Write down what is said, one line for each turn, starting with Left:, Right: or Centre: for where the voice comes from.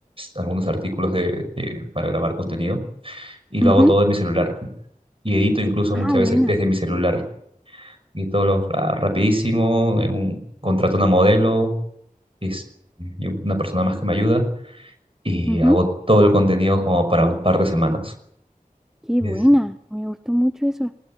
Right: algunos artículos de, de- para grabar contenido y lo
Centre: Ujú.
Right: hago todo en mi celular. Y edito incluso
Centre: Ah,
Right: muchas
Centre: buena.
Right: veces desde mi celular. Y todo lo ra- rapidísimo, en un, contrato una modelo y, es- y una persona más que me ayuda y
Centre: Ujú.
Right: hago todo el contenido como para un par de semanas.
Centre: Qué
Right: Y
Centre: buena.
Right: es-
Centre: Me gustó mucho eso.